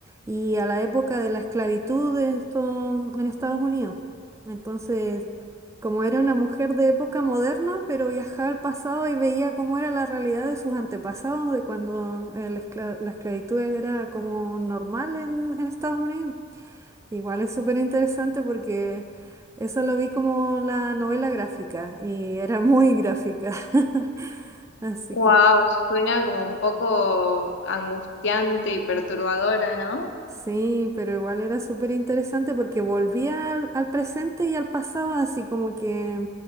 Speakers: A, on the right; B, on the left.
A: y a la época de la esclavitud de esto en Estados Unidos. Entonces, como era una mujer de época moderna, pero viajaba al pasado y veía cómo era la realidad de sus antepasados, de cuando el escla- la esclavitud era como normal en en Estados Unidos. Igual es súper interesante porque eso lo vi como la novela gráfica y era muy gráfica. <laughs> Así
B: Wow,
A: que
B: suena como un poco angustiante y perturbadora, ¿no?
A: Sí, pero igual era súper interesante porque volvía al, al presente y al pasado, así como que